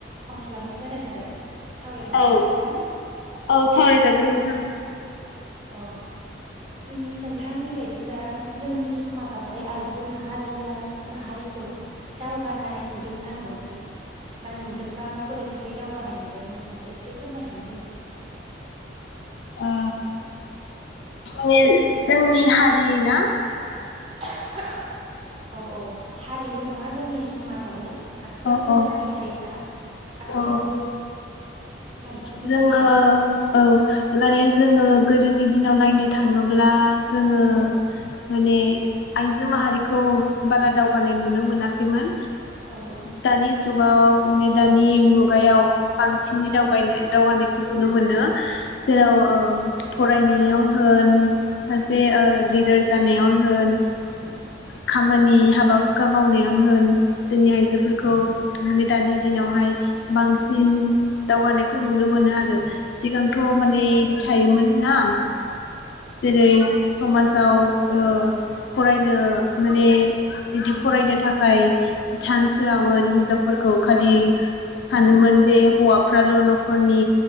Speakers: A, on the right; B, on the left.
A: फन खालामनाय जादों आरो सावरायजागोन
B: औ
A: ना नोंथां
B: औ सावरायजागोन नोंथां।
A: औ उम नोंथांनि बायदिब्ला उम जोंनि समाजावहाय आइजो माहारिया माहारिखौ दावगानाय नुदोंना नुवाखै बा नुदोंबा माबोरैहाय दावगानाय नुदों नोंथाङा एसे फोरमायनानै होलाय
B: ओ औ जोंनि नि हारि ना
A: <unintelligible> औ औ हारिल' नङा जोंनि समाजावनो फारफ्रोमबो
B: औ औ
A: हारि हारिसा गासैखौबो
B: औ
A: मोनफ्रोमबो
B: जोङो
A: हारियानो
B: औ माने जोङो गोदोनि दिनाव नायनो थाङोब्ला जोङो
A: औ
B: माने आइजो माहारिखौ बारा दावगानाय नुनो मोना खैमोन
A: औ
B: दानि जुगाव माने दानि मुगायाव बांसिनै
A: औ
B: दावगायनो दावगानायखौ नुनो मोन मोनो जेराव
A: औ
B: ओ फरायनायाव होन सासे लिदार
A: औ
B: जानायावनो होन
A: औ औ
B: खामानि हाबा हुखा मावनायावनो होन जोंनि आइ फोरखौ माने दानि दिनावहाय बांसि सिन दावगानायखौ नुनो मोनो आरो सिगांथ' माने बिदि थायोमोन ना जेरै समाजाव ओ फरायनो माने इदि फरायनो थाखा खाय सान्स होआमोन हिनजावफोरखौ खालि सानोमोन जे हौवाफ्राल' न'खरनि